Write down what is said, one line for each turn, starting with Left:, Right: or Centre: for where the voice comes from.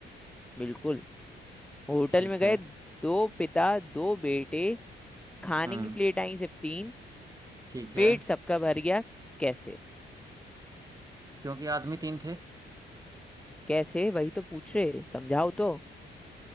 Centre: बिल्कुल होटल
Right: ठीक
Centre: में गए
Right: है
Centre: दो पिता दो बेटे खाने
Right: हम्म
Centre: की प्लेट आई सिर्फ तीन
Right: ठीक
Centre: पेट
Right: है
Centre: सबका भर गया कैसे
Right: क्योंकि आदमी तीन थे
Centre: कैसे वही तो पूछ रहे समझाओ तो